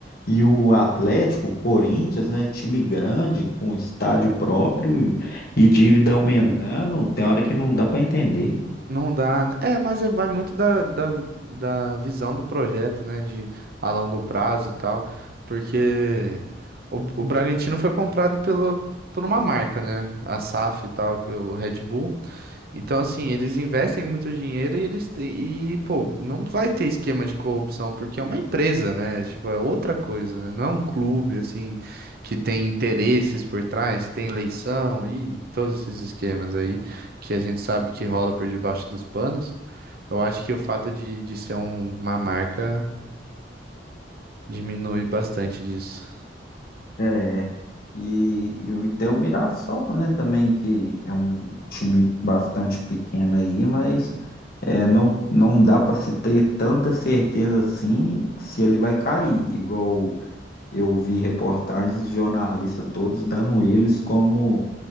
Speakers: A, on the left; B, on the right.
A: E o Atlético, o Corinthians, né, time grande, com estádio próprio e dívida aumentando, tem hora que não dá para entender.
B: Não dá. né? É, mas é, vai muito da, da, da visão do projeto, né? De a longo prazo e tal. Porque o, o Bragantino foi comprado pelo, por uma marca, né? A SAF e tal, que é o Red Bull. Então, assim, eles investem muito dinheiro e eles te- e, pô, não vai ter esquema de corrupção, porque é uma empresa, né? Tipo, é outra coisa, né? Não é um clube, assim, que tem interesses por trás, tem eleição e todos esses esquemas aí que a gente sabe que rola por debaixo dos panos. Eu acho que o fato de, de ser um- uma marca diminui bastante disso.
A: É, e, e tem o Mirassol, né, também, que é um time bastante pequeno aí, mas é, não, não dá para se ter tanta certeza assim se ele vai cair, igual eu vi reportagens dos jornalistas todos dando eles como